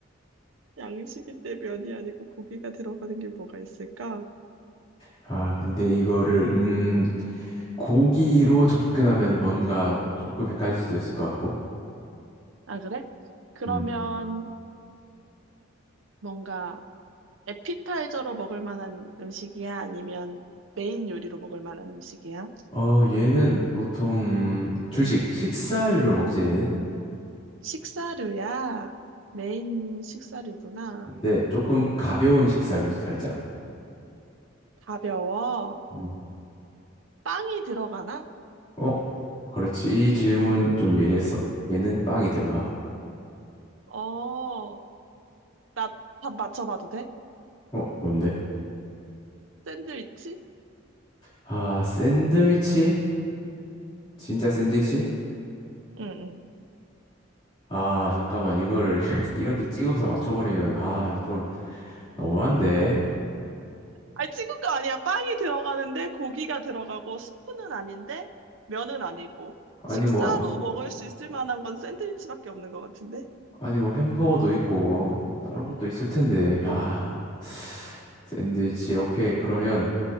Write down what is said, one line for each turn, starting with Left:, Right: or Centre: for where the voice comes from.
Right: 양식인데 면이 아니고 고기가 들어가는 게 뭐가 있을까?
Left: 아, 근데 이거를, 음, 고기로 접근하면 뭔가 조금 헷갈릴 수도 있을 것 같고.
Right: 아, 그래? 그러면
Left: 음.
Right: 뭔가 에피타이저로 먹을 만한 음식이야? 아니면 메인 요리로 먹을 만한 음식이야?
Left: 어, 얘는 보통, 음, 주식, 식사류로 먹지, 얘는?
Right: 식사류야. 메인 식사류구나.
Left: 근데 조금 가벼운 식사류지, 살짝.
Right: 가벼워.
Left: 음.
Right: 빵이 들어가나?
Left: 어? 그렇지. 이 질문 좀 예리했어. 얘는 빵이 들어가.
Right: 어, 나 답 맞춰봐도 돼?
Left: 어? 뭔데?
Right: 샌드위치?
Left: 아, 샌드위치? 진짜 샌드위치?
Right: 응, 응.
Left: 아, 잠깐만. 이거를 <laughs> 이렇게 찍어서 맞춰버리면, 아, 좀 너무한데?
Right: 아니, 찍은 거 아니야. 빵이 들어가는데 고기가 들어가고 스프는 아닌데 면은 아니고
Left: 아니,
Right: 식사로
Left: 뭐,
Right: 먹을 수 있을 만한 건 샌드위치밖에 없는 것 같은데?
Left: 아니, 뭐, 햄버거도 있고, 어, 다른 것도 있을 텐데. 아, 샌드위치. 오케이. 그러면